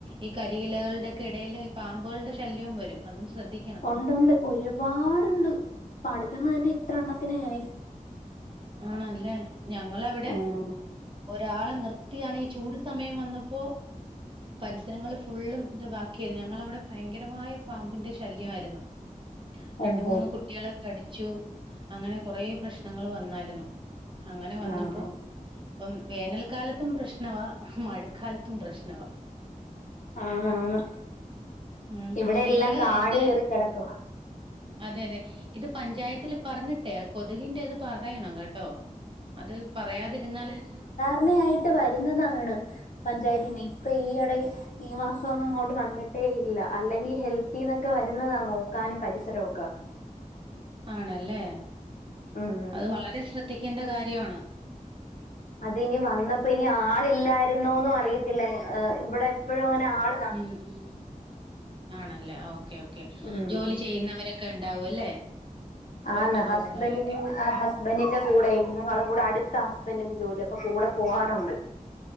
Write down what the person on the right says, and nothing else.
ഈ കരിയിലകളുടെ ഒക്കെ ഇടയിൽ ഈ പാമ്പുകളുടെ ശല്യവും വരും അതും ശ്രദ്ധിക്കണം.
ആണല്ലേ ഞങ്ങളവിടെ
ഒരാള് നിർത്തിയാണ് ഈ ചൂട് സമയം വന്നപ്പോ പരിസരങ്ങള് ഫുള്ളും ഇതാക്കിയത് ഞങ്ങളവിടെ ഭയങ്കരമായ പാമ്പിന്റെ ശല്യമായിരുന്നു രണ്ട്
മൂന്ന് കു കുട്ടികളെ കടിച്ചു അങ്ങനെ കൊറേ പ്രശ്നങ്ങൾ വന്നായിരുന്നു അങ്ങനെ വന്നപ്പോ
പ്പം വേനൽക്കാലത്തും പ്രശ്നവാ മഴക്കാലത്തും പ്രശ്നവാ
ഉം.
നിങ്ങള്
എന്തായാലും
അതെ ല്ലെ ഇത് പഞ്ചായത്തില് പറഞ്ഞിട്ടേ കൊതുകിൻ്റെ ഇത് പറയണം കേ ട്ടോ അത് പറയാതിരുന്നാല് അത്
ആണല്ലേ
അത് വളരെ ശ്രദ്ധിക്കേണ്ട കാര്യവാണ്
ഉം ഉം ആണല്ലേ ഓക്കെ ഓക്കെ
ജോലി ചെയ്യുന്നവരൊ ക്കെ ഇണ്ടാവും അല്ലേ പുറത്തു
പോകുന്നവരൊക്കെ.